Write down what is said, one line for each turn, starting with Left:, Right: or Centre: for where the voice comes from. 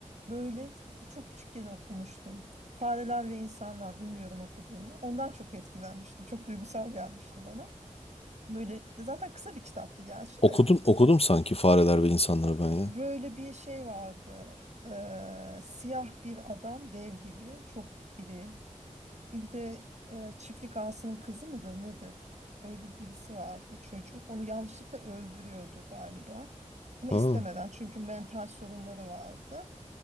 Right: böyle e, çok küçükken okumuştum. Fareler ve İnsanlar bilmiyorum okuduğunu. Ondan çok etkilenmiştim. Çok duygusal gelmişti bana. Böyle zaten kısa bir kitaptı gerçi
Left: Okudum
Right: de.
Left: okudum sanki Fareler ve İnsanları ben ya.
Right: Böyle bir şey vardı. Ee, siyah bir adam dev gibi çok iri Bizde e, çiftlik ağasının kızı mıdır nedir? Öyle birisi vardı çocuk. Onu yanlışlıkla öldürüyordu galiba. Ama
Left: Ha.
Right: istemeden çünkü mental sorunları vardı.